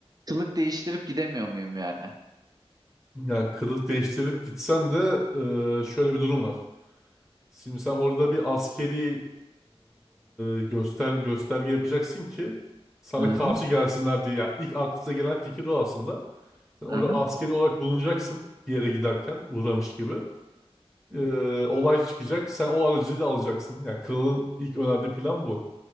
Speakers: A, on the right; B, in the centre.
A: kılık değiştirip gidemiyor muyum yani?
B: Ya kılık değiştirip gitsen de e, şöyle bir durum var. Şimdi sen orada bir askeri e, göster gösterge yapacaksın ki sana
A: Hı hı.
B: karşı gelsinler diye. Yani ilk aklınıza gelen fikir o aslında. Sen orada
A: Aha.
B: askeri olarak bulunacaksın bir yere giderken uğramış gibi. E, olay çıkacak. Sen o aracıyla alacaksın. Yani kralın ilk önerdiği plan bu.